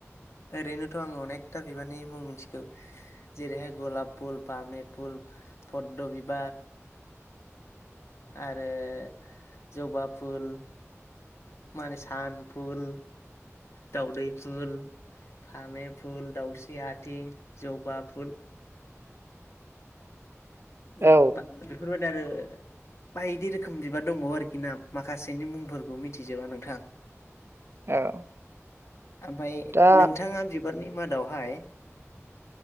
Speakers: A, on the left (about 60°); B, on the right (about 50°).
A: ओरैनोथ' आं अनेकथा बिबारनि मुं मिथिगौ जेरैहाय गलाब फुल, पामे फुल, फद्द बिबार। आरो जबा फुल। माने सान फुल, दावदै फुल। फामे फुल दाउस्रि आथिं जबा फुल। <unintelligible>
B: औ
A: बेफोरबायदि आरो। बायदि रोखोम बिबार दंबावो आरोखि ना माखासेनि मुंफोरखौ मिथिजोबा नोंथां।
B: औ।
A: ओमफ्राय
B: दा
A: नोंथाङा। बिबारनि मादावहाय